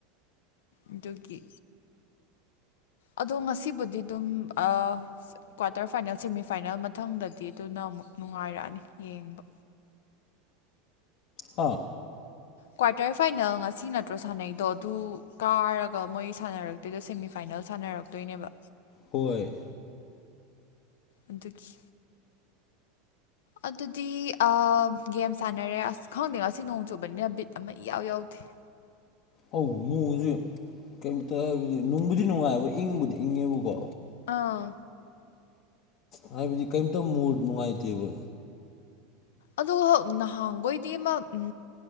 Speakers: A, on the left; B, on the left.
A: ꯑꯗꯨꯒꯤ ꯑꯗꯣ ꯉꯁꯤꯕꯨꯗꯤ ꯑꯗꯨꯝ ꯑ ꯀ꯭ꯋꯥꯇꯔ ꯐꯥꯏꯅꯦꯜ ꯁꯦꯃꯤꯐꯥꯏꯅꯦꯜ ꯃꯊꯪꯗꯗꯤ ꯑꯗꯨꯅ ꯑꯃꯨꯛ ꯅꯨꯡꯉꯥꯏꯔꯛꯑꯅꯤ ꯌꯦꯡꯕ
B: ꯑꯥ
A: ꯀ꯭ꯋꯥꯇꯔ ꯐꯥꯏꯅꯦꯜ ꯉꯁꯤ ꯅꯠꯇ꯭ꯔꯣ ꯁꯥꯟꯅꯩꯗꯣ ꯑꯗꯨ ꯀꯥꯔꯒ ꯃꯣꯏ ꯁꯥꯟꯅꯔꯛ ꯑꯗꯣ ꯁꯦꯃꯤꯐꯥꯏꯅꯦꯜ ꯁꯥꯟꯅꯔꯛꯇꯣꯏꯅꯦꯕ
B: ꯍꯣꯏ
A: ꯑꯗꯨꯗꯒꯤ ꯑꯗꯨꯗꯤ ꯒꯦꯝ ꯁꯥꯟꯅꯔꯦ ꯑꯁ ꯈꯪꯗꯦ ꯉꯁꯤ ꯅꯣꯡ ꯆꯨꯕꯅꯤꯅ ꯕꯤꯠ ꯑꯃ ꯏꯎ ꯌꯥꯎꯗꯦ <unintelligible>
B: ꯑꯧ ꯅꯣꯡꯁꯨ ꯀꯩꯝꯇ ꯍꯥꯏꯕꯗꯤ ꯅꯨꯡꯕꯨꯗꯤ ꯅꯨꯡꯉꯥꯏꯕ ꯏꯪꯕꯨꯗꯤ ꯏꯪꯉꯦꯕꯀꯣ
A: ꯑꯥ
B: ꯍꯥꯏꯕꯗꯤ ꯀꯔꯤꯝꯇ ꯃꯨ ꯅꯨꯡꯉꯥꯏꯇꯦꯕ
A: ꯑ ꯍ ꯅꯍꯥꯟꯈꯣꯏꯗꯤ ꯑꯃ ꯎ